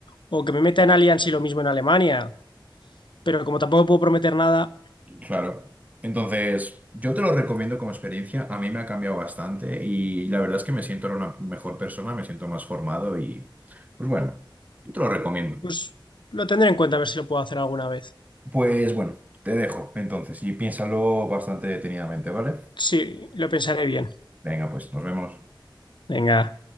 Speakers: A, on the left (about 65°); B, on the right (about 20°).
A: o que me meta en Allianz y lo mismo en Alemania, pero como tampoco puedo prometer nada,
B: Claro. Entonces, yo te lo recomiendo como experiencia. A mí me ha cambiado bastante y la verdad es que me siento ahora una mejor persona, me siento más formado y, pues bueno, yo te lo recomiendo.
A: Pues lo tendré en cuenta a ver si lo puedo hacer alguna vez.
B: Pues bueno, te dejo entonces y piénsalo bastante detenidamente, ¿vale?
A: Sí, lo pensaré bien.
B: Venga, pues nos vemos.
A: Venga.